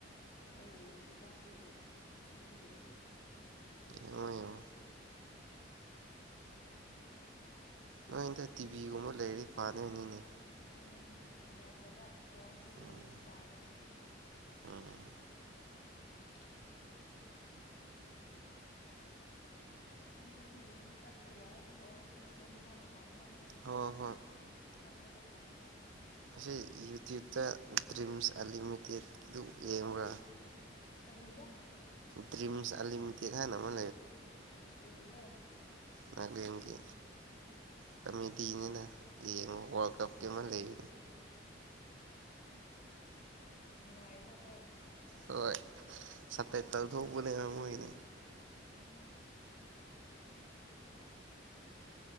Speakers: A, on the left; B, on the right.
A: ꯅꯣꯏ ꯌꯦꯡꯗꯅꯕ ꯑꯗꯨꯒꯤ ꯉꯁꯤꯗꯤ ꯌꯦꯡꯒꯦ <unintelligible>
B: ꯌꯦꯡꯉꯣ ꯌꯦꯡꯉꯣ ꯅꯣꯏꯗ ꯇꯤꯚꯤꯒꯨꯝꯕ ꯂꯩꯔꯗꯤ ꯐꯥꯗꯣꯏꯅꯤꯅꯦ
A: ꯎꯝ ꯂꯩꯇꯕ ꯐꯣꯟꯗ
B: ꯎꯝ
A: ꯌꯦꯡꯕ ꯇꯥꯔꯦꯅ
B: ꯎꯝ
A: <unintelligible> ꯇꯤꯕꯤꯗꯨꯁꯨ ꯌꯦꯡꯕ ꯆꯠꯄ ꯌꯥꯏ ꯑꯗꯨ ꯑꯣꯏꯔꯁꯨ ꯇꯨꯝꯕ ꯃꯇꯝꯗ ꯑꯃꯨꯛ
B: ꯍꯣꯏ ꯍꯣꯏ
A: ꯆꯠꯄꯗꯣ ꯇꯟꯕ
B: ꯑꯁꯤ ꯌꯨꯇ꯭ꯌꯨꯕꯇ ꯗ꯭ꯔꯤꯝꯁ ꯑꯂꯤꯃꯤꯇꯦꯠꯗꯨ ꯌꯦꯡꯕ꯭ꯔꯥ
A: ꯀꯔꯤꯕ
B: ꯗ꯭ꯔꯤꯝꯁ ꯑꯟꯂꯤꯃꯤꯇꯦꯠ ꯍꯥꯏꯅ ꯑꯃ
A: ꯌꯦꯡꯗꯦ
B: ꯅꯥꯒꯂꯦꯟꯒꯤ ꯀꯃꯤꯇꯤꯅꯤꯅ ꯌꯦꯡꯉꯨ
A: ꯎꯝ
B: ꯋꯥꯔꯜ ꯀꯞꯀꯤ ꯑꯃ ꯂꯩ
A: ꯅꯨꯡꯉꯥꯏꯕ꯭ꯔꯥꯗꯣ
B: ꯍꯣꯏ ꯁꯕ ꯇꯥꯏꯇꯜ ꯇꯧꯊꯣꯛꯎꯕꯅꯦꯕ ꯃꯣꯏꯗꯤ
A: ꯎꯝ